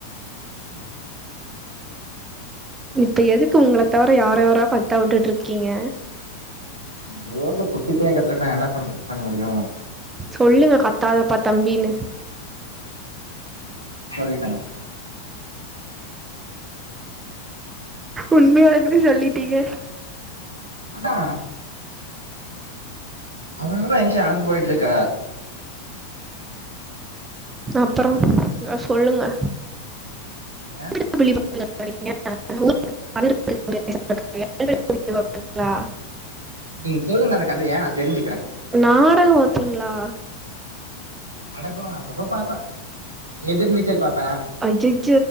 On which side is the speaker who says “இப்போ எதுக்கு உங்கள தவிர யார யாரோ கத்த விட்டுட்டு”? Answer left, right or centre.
Right